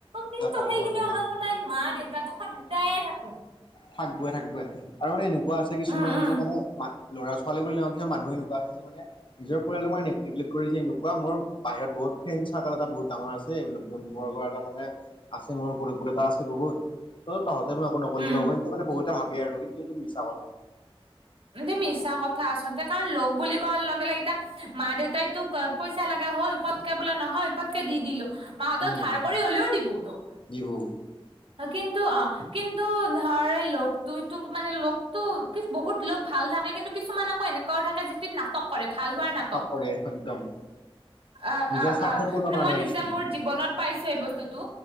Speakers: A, on the right (about 70°); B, on the left (about 55°).
A: কিন্তু
B: নাপাব
A: সেইখিনি
B: বাৰু
A: সময়ত
B: হয়
A: সদায় মা দেউতাটো সদায়ে থাকিব।
B: থাকবেই থাকবেই আৰু মানে এনেকুৱা আছে কিছুমান
A: উম উম
B: যে মানে ম ল'ৰা ছোৱালী। হলিগলি কিছুমান মানুহ এনেকোৱা আছে যে মানে নিজৰ পৰিালোক মে নিগলেক কৰে এনেকুৱা মোৰ বাহিৰত বহুত ফ্ৰণ্। চাৰল এটা বহুত ডাঙৰ আছে বন্ধু বৰ্গৰ এটা মানে আছে মোৰলতা আছে বহুত। ত তহঁতে মই একো নকলেও
A: উম
B: হ'ব সকে মানে বহুতে ভাবি আৰু কিন্তু এইটো মিছা কথা।
A: এটো মিছা কথা আচলতে কাৰণ লগ বুলি কোৱাৰ লগে লগে এতিয়া মা দেউতাইতো পইচা লাগা। হ'ল পটকে বোলে নহয় পটকে দি দিলো। মাসতে
B: উম
A: থাৰ কৰি হ'লেও দিব তোক।
B: যিবোৰ
A: কিন্তু অ কিন্তু ধৰ লগটো তোক মানে লগতটো কি বহুত। লোক ভাল থাকে কিন্তু কিছুমান আকৌ এনেকোৱাৱ থাকে যিটো নাটক। কৰে ভাল হোৱাৰ নাটক।
B: কৰে একদম
A: অ
B: নিজৰ
A: অ
B: স্বাৰ্থপূৰ্ণ
A: অ মানে
B: কাৰণে
A: মই নিজে
B: কিছুমান
A: মোৰ জীৱনত পাইছো এই বস্তুটো।